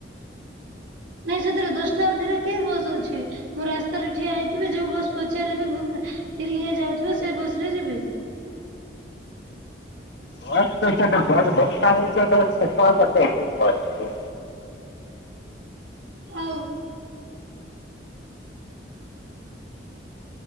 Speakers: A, on the right (about 80°); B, on the left (about 65°).
A: ନାଇଁ ସେଥିରେ ଦଶଟାଧରେ କେଇ ବସ୍ ଅଛି। ମୁଁ ରାସ୍ତାରେ ଠିଆ ହେଇଥିବି। ଯୋଉ ବସ ପଚାରିବି ଭୁବନେ ଫିରିଙ୍ଗିଆ ଯାଉଥିବେ ସେ ବସ ରେ ଯିବେ।
B: ବସ ବର୍ଷା ହେଉଛ <unintelligible>
A: ହଉ।